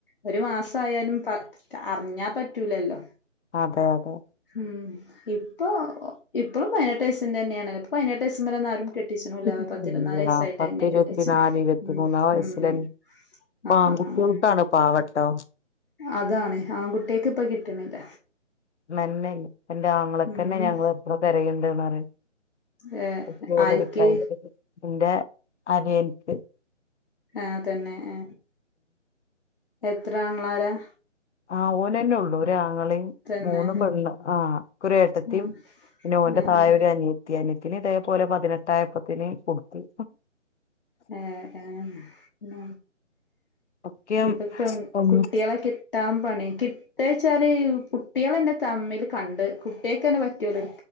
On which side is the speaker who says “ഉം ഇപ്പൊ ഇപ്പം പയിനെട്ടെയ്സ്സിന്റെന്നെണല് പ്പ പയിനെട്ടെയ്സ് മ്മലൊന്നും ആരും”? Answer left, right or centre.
Left